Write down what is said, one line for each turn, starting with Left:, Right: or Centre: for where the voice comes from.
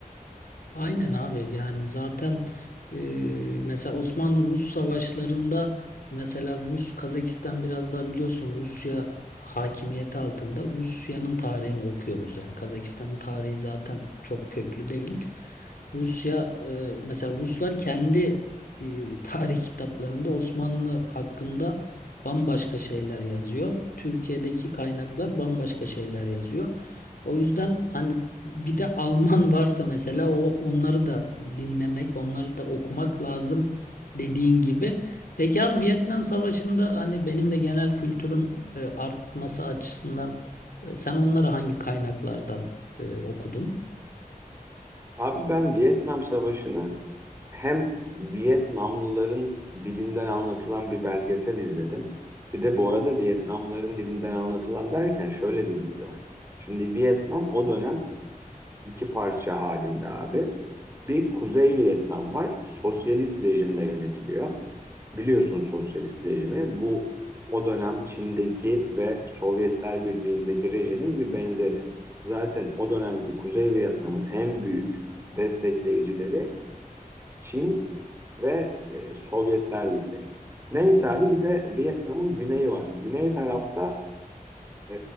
Left: Aynen abi yani zaten e, mesela Osmanlı-Rus savaşlarında mesela Rus Kazakistan biraz daha biliyorsun Rusya hakimiyeti altında Rusya'nın tarihini okuyoruz. Yani Kazakistan'ın tarihi zaten çok köklü değil. Rusya e, mesela Ruslar kendi e, <laughs> tarih kitaplarında Osmanlı hakkında bambaşka şeyler yazıyor. Türkiye'deki kaynaklar bambaşka şeyler yazıyor. O yüzden hani bir de Alman varsa mesela o onları da dinlemek, onları da okumak lazım dediğin gibi. Peki abi Vietnam Savaşı'nda hani benim de genel kültürüm e, artması açısından e, sen onları hangi kaynaklardan e, okudun?
Right: Abi ben Vietnam Savaşı'nı hem Vietnamlıların dilinden anlatılan bir belgesel izledim. Bir de bu arada Vietnamlıların dilinden anlatılan derken şöyle bir bilgi var. Şimdi Vietnam o dönem iki parça halinde abi. Bir Kuzey Vietnam var. Sosyalist rejimle yönetiliyor. Biliyorsun sosyalist rejimi. Bu o dönem Çin'deki ve Sovyetler Birliği'ndeki rejimin bir benzeri. Zaten o dönemki Kuzey Vietnam'ın en büyük destekleyicileri Çin ve e, Sovyetler Birliği. Neyse abi bir de Vietnam'ın güneyi var. Güney tarafta e,